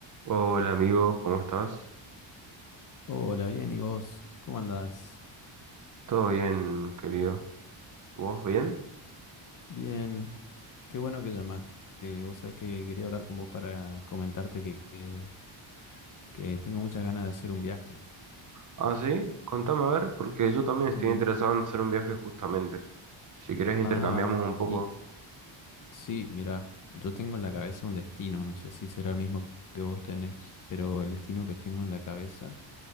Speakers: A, on the right; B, on the left.
A: Hola amigo, ¿cómo estás?
B: Hola, bien, ¿y vos? ¿Cómo andás?
A: ¿Todo bien, querido? ¿Vos bien?
B: Bien, qué bueno que llamaste. Eh, vos sabés que quería hablar con vos para comentarte que, que, que tengo muchas ganas de hacer un viaje.
A: Ah, sí, contame a ver, porque yo también
B: Sí.
A: estoy interesado en hacer un viaje justamente. Si querés intercambiamos
B: Ah,
A: un poco.
B: y sí, mira, yo tengo en la cabeza un destino, no sé si será el mismo que vos tenés, pero el destino que tengo en la cabeza